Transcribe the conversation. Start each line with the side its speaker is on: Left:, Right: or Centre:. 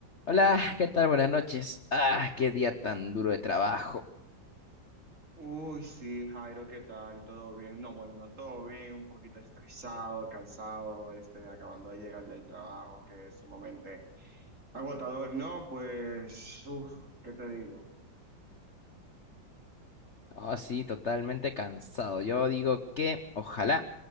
Left: Hola, ¿qué tal? Buenas noches. Ah, qué día tan duro de trabajo.
Right: Uy, sí, Jairo, ¿qué tal? ¿Todo bien? No, bueno, no todo bien, un poquito estresado, cansado, este, acabando de llegar del trabajo, que es sumamente agotador, ¿no? Pues, uff, ¿qué te digo?
Left: Oh, sí, totalmente cansado. Yo digo que ojalá